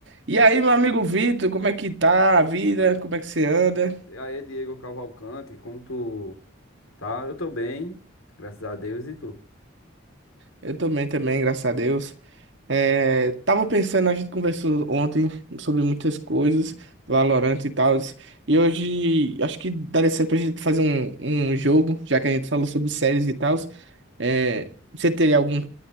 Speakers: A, on the right; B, on the left.
A: E aí, meu amigo Vitor, como é que tá a vida? Como é que você anda?
B: E aí, Diego Cavalcante, como tu tá? Eu tô bem, graças a Deus, e tu?
A: Eu também, também, graças a Deus. É, tava pensando, a gente conversou ontem sobre muitas coisas, Valorant e tal, e hoje acho que daria certo pra gente fazer um, um jogo, já que a gente falou sobre séries e tal. É, você teria algum